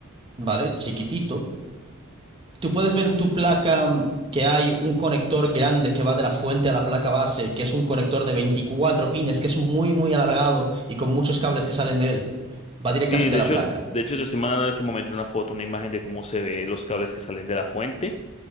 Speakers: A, on the right (about 25°); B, on the left (about 30°).
A: ¿vale? Chiquitito. Tú puedes ver en tu placa mm, que hay un conector grande que va de la fuente a la placa base, que es un conector de 24 pines, que es muy, muy alargado y con muchos cables que salen de él. Va directamente
B: Sí, de
A: a la
B: hecho,
A: placa.
B: de hecho te estoy mandando en este momento una foto, una imagen de cómo se ve los cables que salen de la fuente